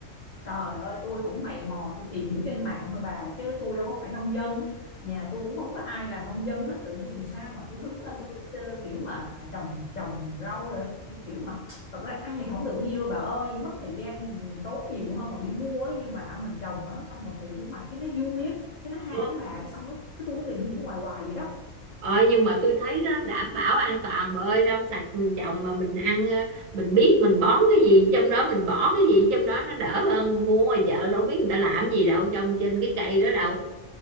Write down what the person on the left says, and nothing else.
Trời ơi, tôi cũng mày mò, tôi tìm hiểu trên mạng thôi bà, chứ tôi đâu có phải nông dân. Nhà tôi cũng không có ai làm nông dân hết, tự nhiên sao mà tôi hứng lên, tôi thích ờ, kiểu mà trồng trồng rau rồi, kiểu mà thật ra ăn thì không được nhiều đâu bà ơi, mất thời gian tốn nhiều hơn còn đi mua ấy, nhưng mà mình trồng á, xong mình tự thu hoạch cái nó vui á, cái nó ham
á bà, cái xong á, cứ tôi cứ tìm hiểu hoài hoài vậy đó.